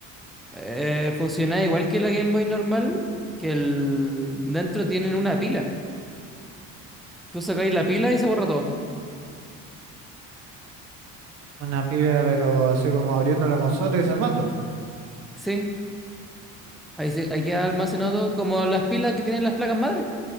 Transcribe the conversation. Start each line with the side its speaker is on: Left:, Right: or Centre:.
Centre: eh, funciona igual que la Game Boy normal, que el... dentro tienen una pila. Tú sacáis la pila y se borra todo.
Right: una pila, pero así como abriendo la consola y desarmándola.
Centre: Sí, ahí, se, ahí queda almacenado todo, como las pilas que tienen las placas madre.